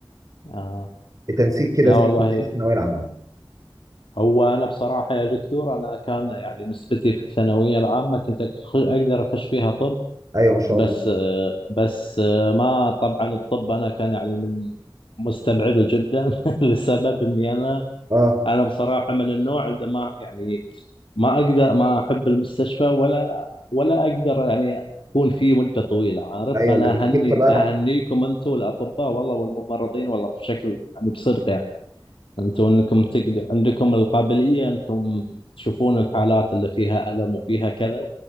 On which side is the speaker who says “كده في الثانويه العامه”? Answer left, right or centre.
Right